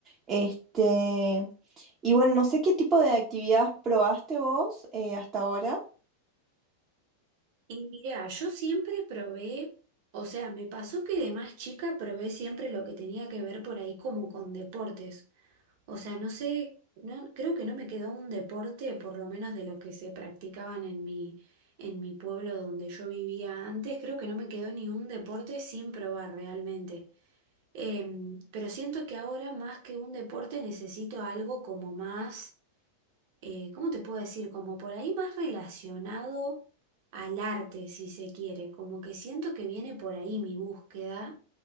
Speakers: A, on the right; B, on the right.
A: Este, y bueno, no sé qué tipo de actividad probaste vos eh, hasta ahora.
B: Y mira, yo siempre probé, o sea, me pasó que de más chica probé siempre lo que tenía que ver por ahí como con deportes. O sea, no sé, no, creo que no me quedó un deporte, por lo menos de lo que se practicaban en mi, en mi pueblo donde yo vivía antes, creo que no me quedó ni un deporte sin probar realmente. Em, pero siento que ahora más que un deporte necesito algo como más eh, ¿cómo te puedo decir? Como por ahí más relacionado al arte, si se quiere, como que siento que viene por ahí mi búsqueda,